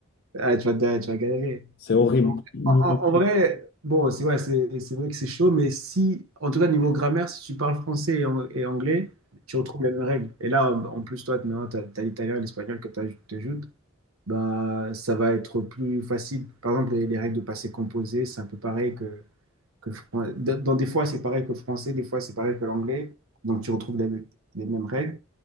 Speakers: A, on the right; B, on the left.
A: ah, tu vas, te- tu vas galérer.
B: C'est horrible. Ouais,
A: En, en- en vrai, bon, c'est ouais, c'est c'est vrai que c'est chaud, mais si, en tout cas, niveau grammaire, si tu parles français et, an- et anglais, tu retrouves les mêmes règles. Et là, en en plus, toi, maintenant, t'as, t'as l'italien et l'espagnol que tu ajoutes bah, ça va être plus facile. Par exemple, les, les règles de passé composé, c'est un peu pareil que, que le fran- dans dans des fois, c'est pareil que le français, des fois, c'est pareil que l'anglais. Donc, tu retrouves les, les mêmes règles